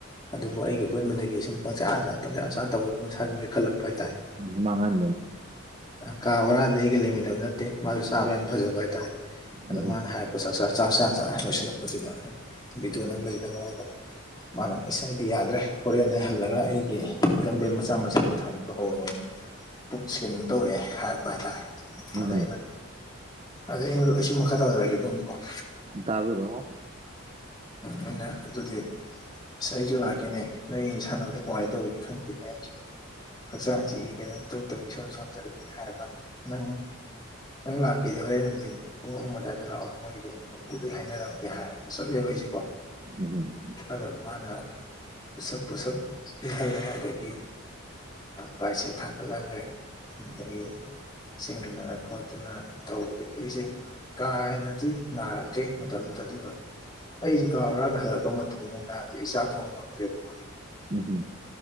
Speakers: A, on the left (about 20°); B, on the right (about 30°).
A: ꯑꯗꯨꯕꯨ ꯑꯩ ꯑ ꯄꯨꯟꯕꯗꯒꯤ ꯁꯨꯝ ꯄꯪꯁꯥ ꯑꯁꯆꯥ ꯄꯪꯁꯥ ꯑꯆꯥꯥ ꯇꯧꯕꯗꯤ ꯃꯁꯥꯁꯤꯡꯅ ꯄꯤꯈꯠꯂꯛꯄ ꯍꯥꯏꯇꯥꯔꯦ
B: ꯃꯥꯡꯍꯟ
A: ꯀꯥ ꯕꯣꯔꯥꯗꯤ ꯑꯩꯒ ꯂꯩꯃꯤꯟꯅꯕ ꯅꯠꯇꯦ ꯃꯥꯁꯨ ꯆꯥꯕ ꯌꯥꯝ ꯐꯖꯕ ꯍꯥꯏꯇꯥꯔꯦ ꯑꯗꯣ
B: ꯎꯝ
A: ꯃꯥꯅ ꯍꯥꯏ ꯆꯥꯛ ꯆ ꯆ ꯂꯣꯏꯁꯤꯜꯂꯛꯄꯁꯤꯗ ꯕꯤꯗꯨ ꯅꯝꯕꯁꯤꯗ ꯃꯉꯣꯟꯗ ꯃꯥꯅ ꯑꯩ ꯑꯩꯗꯤ ꯌꯥꯗ꯭ꯔꯦ ꯍꯣꯔꯦꯟꯗ ꯍꯜꯂꯒ ꯑꯩꯒꯤ ꯒꯝꯕꯤꯔ ꯃꯆꯥ ꯃꯆꯥꯗꯨ ꯊꯥꯡꯄ ꯍꯧꯔꯔꯕꯅꯤ ꯄꯨꯠ ꯁ꯭ꯀꯦꯂꯤꯡ ꯇꯧꯔꯛꯑꯦ ꯍꯥꯏꯔꯛꯄ ꯍꯥꯏꯇꯥꯔꯦ
B: ꯎꯝ
A: ꯑꯗ ꯑꯩꯅ ꯑꯗꯩꯩꯅ ꯑꯩꯁꯨ ꯃꯈꯥ ꯇꯥꯖꯔꯛꯒꯦ ꯑꯗꯨꯝꯀꯣ
B: ꯇꯥꯕꯤꯔꯣ
A: ꯑꯩꯅ ꯑꯗꯨꯗꯤ ꯑꯁ ꯑꯩꯁꯨ ꯂꯥꯛꯀꯦꯅꯦ ꯅꯣꯏ ꯁꯥꯟꯅꯕꯗ ꯀꯃꯥꯏꯅ ꯇꯧꯋ ꯈꯪꯗꯦꯅꯦ ꯑꯩꯁꯨ ꯍꯛꯆꯥꯡꯁꯤ ꯏ ꯀꯩꯅꯣꯝ ꯇꯧ ꯇꯧꯏ ꯏꯁꯣꯝ ꯁꯣꯟꯝꯖꯜꯂꯛꯏꯅ ꯍꯥꯏꯔ ꯃꯥꯜꯂ ꯅꯪ ꯅꯪ ꯉꯅꯥꯀꯤꯦꯗꯈ ꯄꯨꯡ ꯑꯍꯨꯝ ꯑꯗꯨꯋꯥꯏꯗ ꯂꯥꯛꯑꯣ ꯃꯣꯏ ꯔꯦꯟ ꯃꯄꯨꯗꯩ ꯍꯥꯏꯅꯔꯝꯒꯦ ꯍꯥꯏꯔꯒ ꯆꯠꯂꯦꯕ ꯑꯩꯁꯦꯀꯣ
B: ꯎꯝ ꯎꯝ
A: ꯐꯗꯔ ꯃꯥꯅ ꯁꯕꯨ ꯁꯗꯗꯒꯤ ꯄꯥꯏꯁꯦ ꯊꯂꯂꯦ ꯑꯗꯨ ꯤꯡꯗꯅ ꯈꯣꯠꯇꯅ ꯇꯧꯕꯗꯒꯤ ꯑꯩꯁꯦ ꯀꯥ ꯍꯦꯟꯅꯗꯤ ꯅꯥꯔꯗꯦ ꯃꯇꯝꯗꯨꯗ ꯑꯗꯨꯒ ꯑꯩꯁꯦ ꯀꯥ ꯕꯔꯥꯗ ꯍꯜꯂꯛꯄ ꯃꯇꯝꯗ ꯅꯨꯡꯗꯥꯡꯁꯦ ꯏꯁꯥ ꯊꯣꯡꯕ ꯉꯝꯗ꯭ꯔꯦꯕꯣ
B: ꯑꯣ ꯍꯣ